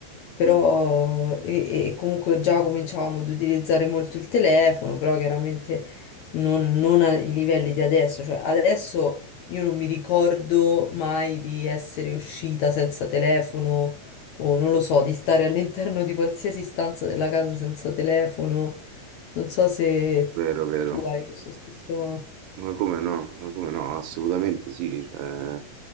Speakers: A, on the left; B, on the right.
A: però
B: Mm,
A: e, e comunque già cominciavamo ad utilizzare molto il telefono, però chiaramente non, non ai livelli di adesso, cioè adesso io non mi ricordo mai di essere uscita senza telefono o non lo so, di stare all'interno di qualsiasi stanza della casa senza telefono. Non so se
B: Vero, vero,
A: tu hai questo stesso...
B: ma come no, ma come no, assolutamente sì, cioè,